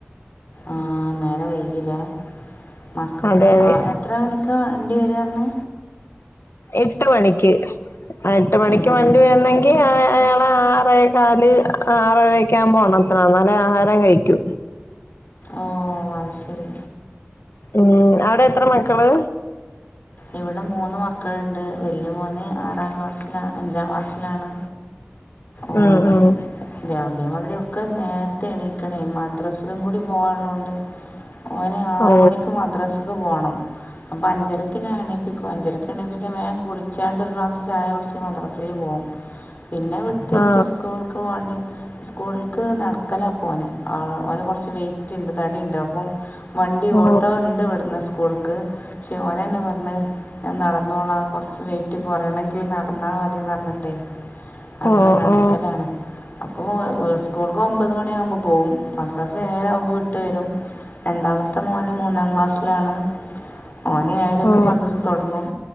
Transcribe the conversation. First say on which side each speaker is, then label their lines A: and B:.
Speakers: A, on the left (about 45°); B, on the left (about 80°).
A: ആഹ് നേരം വൈകില്ലേ മക്കക്ക്
B: അതെ അതെ
A: ആ എത്ര മ ക്ക വണ്ടി വരാർണ്
B: എട്ട് മണക്ക് അ എട്ട് മണിക്ക്
A: ഉം
B: വണ്ടി വര്നങ്കി അവ അയാളെ ആറേകാല് ആറരക്ക്യാകുമ്പോ ഒണർത്തണം ന്നാലേ ആഹാരം കഴിക്യു
A: ഓഹ് അത് ശരി
B: ഉം അവടെത്ര മക്കള്
A: ഇവിടെ മൂന്ന് മക്കള്ണ്ട് വലിയ മോന് ആറാം ക്ലാസ്സിലാ അഞ്ചാ ക്ലാസ്സിലാണ് ഓന്
B: ഉം ഉം
A: അതേമാതിരി ഒക്കെ നേർത്തെ എണീക്കണേ മദ്രസലും കൂടി പോവാൺള്ളോണ്ട് ഓന് ആറ്
B: ഓ
A: മണിക്ക് മദ്രസക്ക് പോകണം അപ്പ അഞ്ചര ക്ക് ഞാൻ എണീപ്പിക്കു അഞ്ചരക്കാണിപിടെ വേം കുളിച്ചാണ്ട് ഒര്ഗ്ലാസ് ചായുടിച്ച് മദ്രസൽ പോകും പിന്നെ വിട്ടിട്ട്
B: ആ
A: സ്കൂൾക്ക് പോവാണ്ട് സ്കൂൾക്ക് നടക്കലാ പോന് ആഹ് ഓനെകൊർച്ച് വെയി റ്റ്ണ്ട് തടിണ്ടപ്പോ വണ്ടി
B: ഓ
A: ഓട്ടോണ്ട്പട്ന്ന് സ്‌കൂൾക്ക് ക്ഷേ മ ഏന്ന് പറഞ്ഞഅ് ഞാനടന്നോളാ കൊർച്ച് വെയ്റ്റ് കൊറയണങ്കിൽ നടന്നാ മതിന്നർഞ്ഞിട്ടയ് അങ്ങനെ
B: ഓ ഓ
A: നടക്കലാണ്
B: ഓ
A: അപ്പൊ ഓ വേ സ്കൂൾക്ക് ഒമ്പത് മണിയാമ്പോ പോകും മദ്രസഏരാമ്പോ വിട്ട് വരും രണ്ടാമത്തെ മോന് മൂന്നാം ക്ലാസ്സ്ലാണ് ഓന് ഏഴരക്ക്
B: ഓ
A: മദ്രസ തൊടങ്ങും